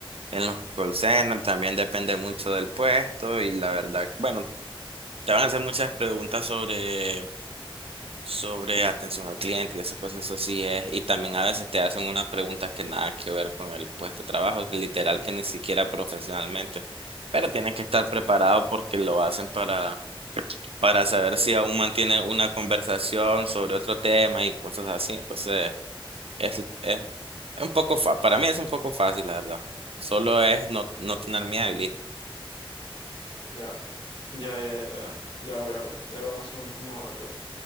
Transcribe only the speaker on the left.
Ya. Ya, ya, ya, ya veo, ya veo más o menos cómo va la cosa.